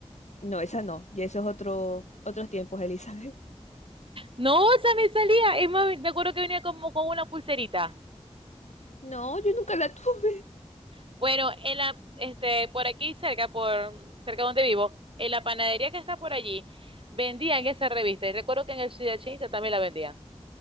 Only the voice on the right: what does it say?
No, o sea, me salía, es más, me acuerdo que venía como con una pulserita.
Bueno, en la, este, por aquí cerca, por cerca donde vivo, en la panadería que está por allí, vendían esa revista. Y recuerdo que en el Ciudad Chinita también la vendían.